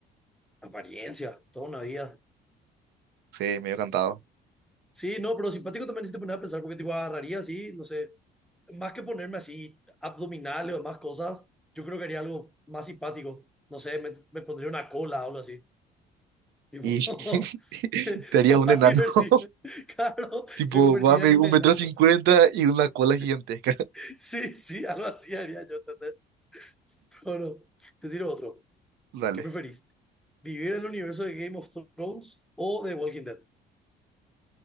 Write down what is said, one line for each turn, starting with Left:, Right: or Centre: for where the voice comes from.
Centre: Apariencia, toda una vida.
Right: sí, medio cantado.
Centre: Sí, no, pero simpático también si te pones a pensar, porque tipo agarraría así, no sé, más que ponerme así abdominales o más cosas, yo creo que haría algo más simpático. No sé, me, me pondría una cola o algo así. Tipo,
Right: Y
Centre: <laughs>
Right: <laughs> te harías un
Centre: para
Right: enano.
Centre: divertirme.
Right: <laughs>
Centre: Claro,
Right: Tipo,
Centre: me convertiría
Right: va a medir
Centre: en un
Right: un
Centre: enano.
Right: metro cincuenta y una cola
Centre: <laughs> Sí,
Right: gigantesca. <laughs>
Centre: sí, sí, algo así haría yo, ¿entendés? O no, te tiro otro.
Right: Dale.
Centre: ¿Qué preferís? ¿Vivir en el universo de Game of Thrones o de Walking Dead?